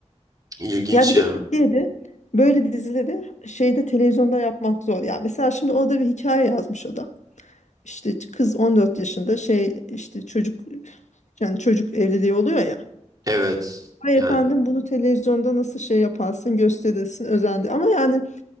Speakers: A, on the right (about 30°); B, on the left (about 75°).
A: İlginç
B: Ya bir
A: ya.
B: de Türkiye'de böyle dizileri şeyde televizyonda yapmak zor. Ya mesela şimdi orada bir hikaye yazmış o da. İşte kız 14 yaşında şey işte çocuk yani çocuk evliliği oluyor ya.
A: Evet.
B: Ay
A: Yani
B: efendim bunu televizyonda nasıl şey yaparsın gösterirsin özendi. Ama yani